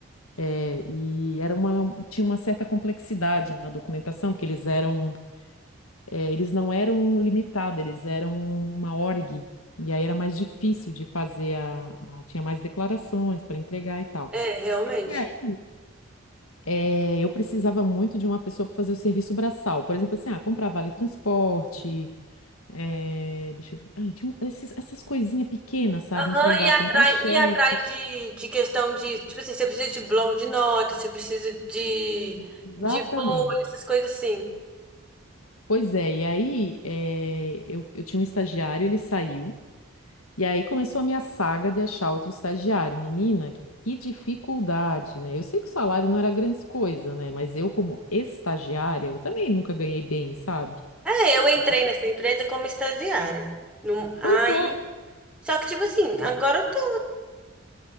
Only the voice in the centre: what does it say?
É, realmente.
Aham,
e atrás,
e atrás de, de questão de, tipo assim, você precisa de bloco de notas, você precisa de,
de folha, essas coisas assim.
É, eu entrei
nessa empresa como estagiária. Num- aí,
só que, tipo assim, agora eu tô.